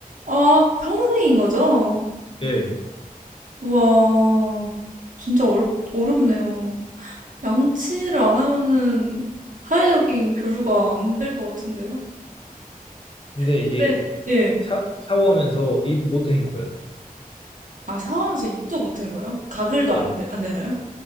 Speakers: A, on the right; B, on the left.
A: 아, 평생인 거죠?
B: 예.
A: 우와, 진짜 어렵, 어렵네요. 양치를 안 하면은 사회적인 교류가 안 될 것 같은데요?
B: 근데
A: 근데,
B: 이게
A: 예.
B: 샤, 샤워하면서 입 못 헹궈요
A: 아, 샤워하면서 입도 못 한 거예요? 가글도 안,
B: 예.
A: 되, 안 되나요?